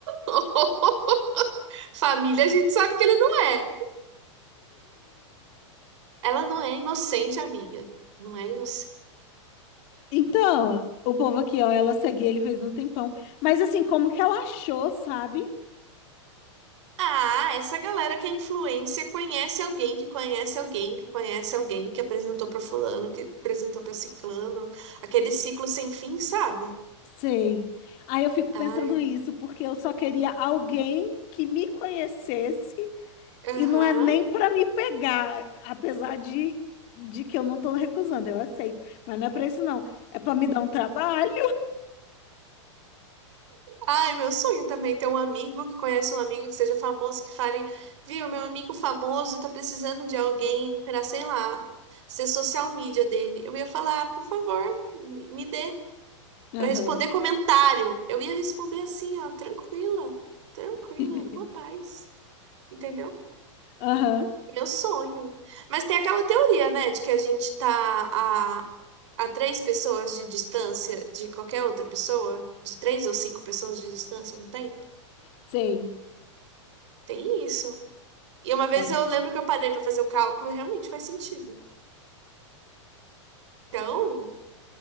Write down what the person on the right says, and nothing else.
<laughs> ou família, a gente sabe que ele não é. Ela não é inocente, amiga. Não é inocente.
Ah, essa galera que é influência conhece alguém que conhece alguém que conhece alguém que apresentou pra fulano, que apresentou pra ciclano, aquele ciclo sem fim, sabe?
Ai,
aham.
Ai, meu sonho também é ter um amigo que conhece um amigo que seja famoso, que fale, viu, meu amigo famoso tá precisando de alguém pra, sei lá, ser social media dele. Eu ia falar, por favor, me me dê
Pra responder comentário. Eu ia responder assim, ó, tranquila, tranquila,
numa paz. Entendeu?
Meu sonho. Mas tem aquela teoria, né, de que a gente tá a, a três pessoas de distância de qualquer outra pessoa, de três ou cinco pessoas de distância, não tem?
Tem isso. E uma vez
eu lembro que eu parei pra fazer o cálculo e realmente faz sentido. Então,